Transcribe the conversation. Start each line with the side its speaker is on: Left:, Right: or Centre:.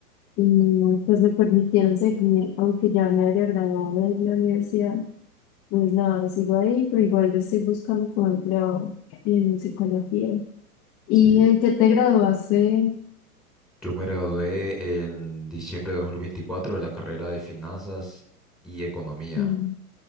Left: y pues me permitieron seguir, aunque ya me había graduado de la universidad. Pues nada, sigo ahí, pero igual yo estoy buscando como empleo en psicología. ¿Y
Centre: Sí.
Left: en qué te graduaste?
Centre: Yo me gradué en diciembre de 2024 de la carrera de finanzas y economía.
Left: Mm,